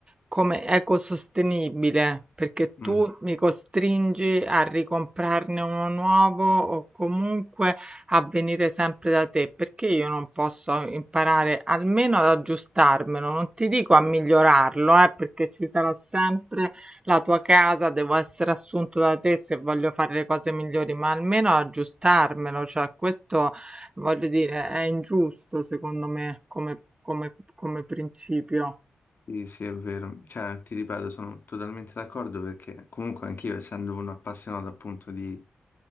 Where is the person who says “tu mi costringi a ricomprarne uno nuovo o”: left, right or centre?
Right